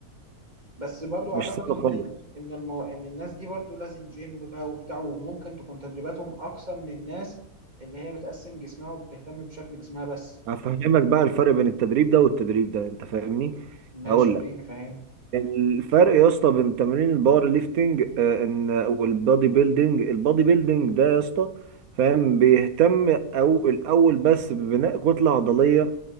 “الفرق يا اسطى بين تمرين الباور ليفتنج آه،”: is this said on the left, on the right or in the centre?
Right